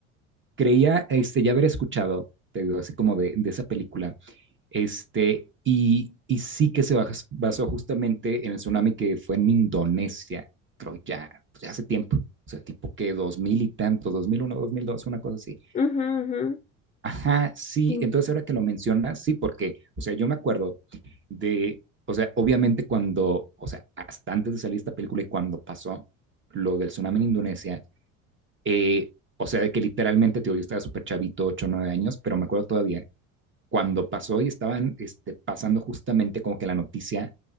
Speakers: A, on the right; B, on the left.
A: creía este, ya haber escuchado, te digo, así como de, de esa película Este, y, y sí que se basó justamente en el tsunami que fue en Indonesia, creo ya, pues ya hace tiempo. O sea, tipo que 2000 y tanto, dos dos mil uno dos mil dos una cosa así.
B: Ujú, ujú.
A: Ajá, sí,
B: Sí.
A: entonces ahora que lo mencionas, sí, porque, o sea, yo me acuerdo de, o sea, obviamente cuando, o sea, hasta antes de salir esta película y cuando pasó lo del tsunami en Indonesia, eh, o sea, de que literalmente, tío, yo estaba súper chavito, 8 o 9 años, pero me acuerdo todavía cuando pasó y estaban este, pasando justamente como que la noticia